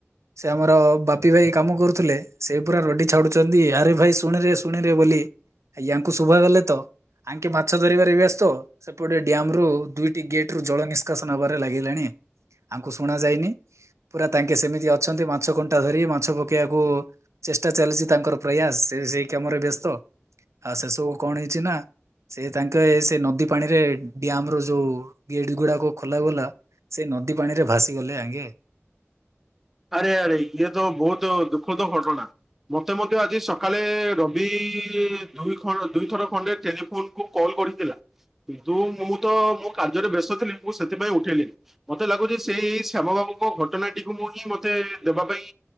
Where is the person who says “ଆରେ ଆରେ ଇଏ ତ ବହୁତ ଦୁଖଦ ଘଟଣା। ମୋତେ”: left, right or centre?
Centre